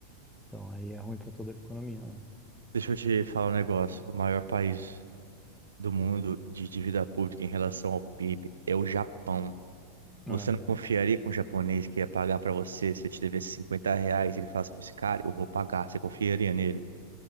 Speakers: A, in the centre; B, on the right.
A: Então, aí é ruim para toda a economia, né?
B: Deixa eu te falar um negócio. O maior país do mundo de dívida pública em relação ao PIB é o Japão.
A: É.
B: Você não confiaria com um japonês que ia pagar pra você se ele te devesse 50 reais e ele falasse pra esse cara, eu vou pagar. Você confiaria nele?